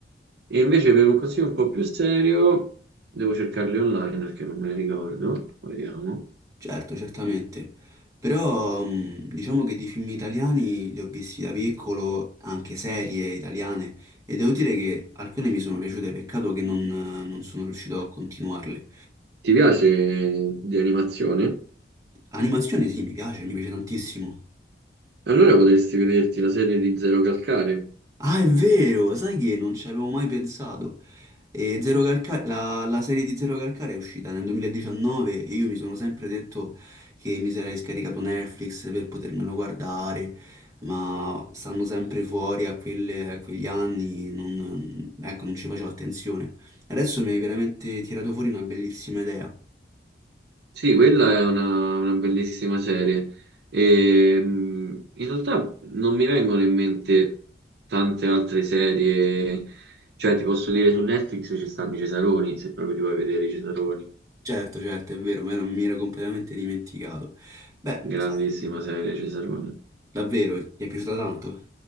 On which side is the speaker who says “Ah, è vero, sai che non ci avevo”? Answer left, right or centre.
Right